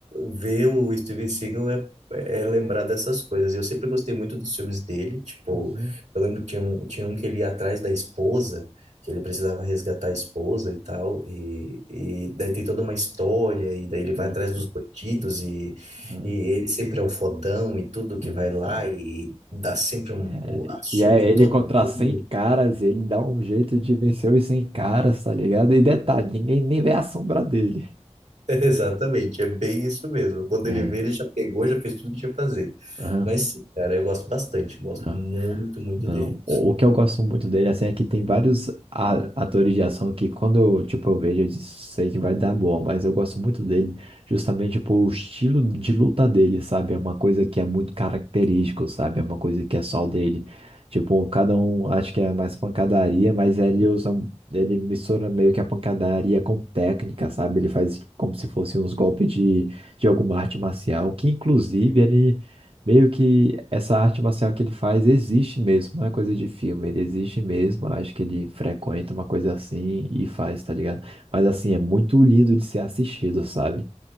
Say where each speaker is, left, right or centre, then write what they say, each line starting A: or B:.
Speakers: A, on the right; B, on the right.
A: ver o Steven Seagal é, é lembrar dessas coisas. Eu sempre gostei muito dos filmes dele. Tipo,
B: Uhum.
A: eu lembro que tinha um, tinha um que ele ia atrás da esposa, que ele precisava resgatar a esposa e tal. E, e daí tem toda uma história, e daí ele vai
B: sim
A: atrás
B: sim.
A: dos bandidos, e,
B: Aham,
A: e ele sempre é o fodão e tudo que
B: Tem,
A: vai lá
B: sim.
A: e dá sempre um,
B: É,
A: o- a surra
B: e é
A: em
B: ele
A: todo
B: contra
A: mundo.
B: 100 caras, ele dá um jeito de vencer os 100 caras, tá ligado? E detalhe, ninguém nem vê a sombra dele.
A: <laughs> Exatamente, é bem isso mesmo. Quando
B: É,
A: ele vê, ele já pegou, já fez tudo que tinha que fazer.
B: aham,
A: Mas sim, cara, eu gosto bastante, gosto
B: aham.
A: muito, muito
B: Não,
A: dele.
B: o o que eu gosto muito dele, assim, é que tem vários a- atores de ação que quando eu, tipo, eu vejo, eu dis- sei que vai dar boa, mas eu gosto muito dele justamente por o estilo de luta dele, sabe? É uma coisa que é muito característico, sabe? É uma coisa que é só dele. Tipo, cada um acho que é mais pancadaria, mas ele usa, ele mistura meio que a pancadaria com técnica, sabe? Ele faz como se fosse uns golpes de, de alguma arte marcial, que inclusive ele Meio que essa arte marcial que ele faz existe mesmo, não é coisa de filme, ele existe mesmo. Acho que ele frequenta uma coisa assim e faz, tá ligado? Mas assim, é muito lindo de ser assistido, sabe?